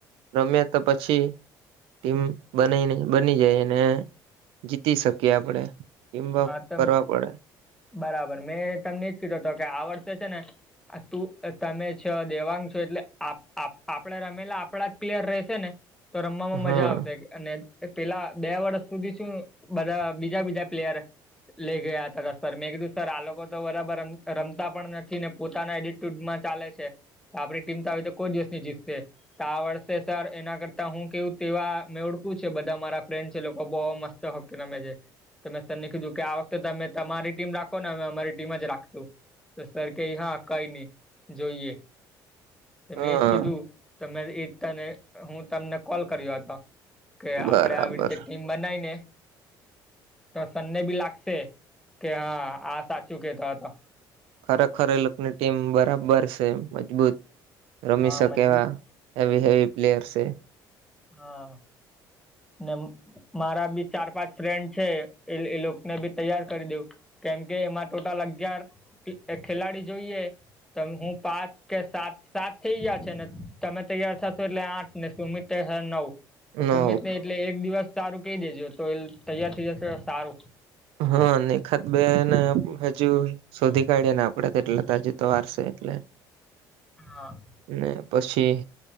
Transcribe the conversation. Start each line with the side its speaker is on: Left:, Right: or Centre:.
Right: રમ્યા તો પછી ટીમ બનાઈને બની જાય, ને, જીતી શકીએ આપડે. ટીમવર્ક
Centre: હા તન
Right: કરવા પડે
Centre: બરાબર મેં તમને એ જ કીધો હતો કે આ વર્ષે છે ને આ તું તમે છ દેવાંગ છો એટલે આપ આપ આપડા રમેલા આપડા જ ક્લિયર રહેશે ને. તો રમવામાં
Right: હા
Centre: મજા આવશે. અને પેલા બે વર્ષ સુધી શું બધા બીજા બીજા પ્લેયર લઈ ગયા તા હતા સર મેં કીધું સર આ લોકો તો બરાબર રમતા પણ નથી ને પોતાના એડટ ટૂંક માં ચાલે છે તો આપડી ટીમ તો આવી તો કો જ દિવસની જીતશે. તો આ વર્ષે સર એના કરતા હું કેવું તેવા મેળખું છે બધા મારા ફ્રેન્ડ છે લોકો બહુ મસ્ત હ કે નામે છે. તમને કીધું કે આ વખતે તમે તમારી ટીમ રાખો ને અમે અમારી ટીમ જ રાખશું. તો સર કઈ હા કઈ નહી જોઈએ.
Right: હા
Centre: મેં એજ કીધું તમે એકતા ને હું તમને કોલ કર્યો હતો. કે
Right: બરાબર
Centre: આપડે આવી રીતે ટીમ બનાઈ ને તો તને બી લાગશે કે હા આ સાચું કેતા હતા.
Right: ખરેખર એ લોકોની ટીમ બરાબર છે મજબૂત રમી
Centre: હા
Right: શકે
Centre: મજબૂત
Right: એવા. હેવી હેવી પ્લેયર સે.
Centre: હા ને એમ મારા બી ચાર પાંચ ફ્રેન્ડ છે એ એ લોકોને બી તૈયાર કરી દેવું. કેમ કે એમાં ટોટલ અગિયાર કે એક ખેલાડી જોઈએ તો હું પાંચ કે સાત સાત થઈ ગયા છે ને તમે તૈયાર થશો એટલે આઠ ને સુમિત થશે નવ
Right: નો
Centre: સુમિત નહી એટલે એક દિવસ સારું કહી દેજો તો એ તૈયાર થઈ જશે સારું
Right: હા નિખાત બેને હજુ શોધી કાઢીએ ને આપણે તેટલે તો હજી તો વારસે એટલે.
Centre: હા.
Right: ને પછી